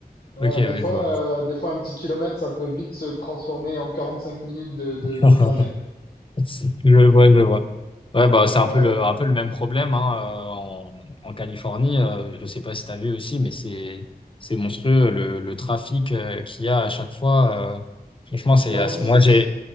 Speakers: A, on the left; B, on the left.
A: voilà,
B: Ok, oui,
A: des fois,
B: je vois.
A: euh, des fois un petit kilomètre, ça peut vite se transformer en 45 minutes de, de,
B: <laughs>
A: de trajet.
B: Je vois, je vois. Ouais, bah, c'est
A: Ouais,
B: un peu le, un peu le même problème hein, euh, en, en Californie. euh, je ne sais pas si tu as vu aussi, mais c'est, c'est monstrueux le, le trafic euh, qu'il y a à chaque fois. euh, franchement, c'est,
A: ouais,
B: ass-
A: c'est
B: moi,
A: ce que,
B: j'ai,
A: c'est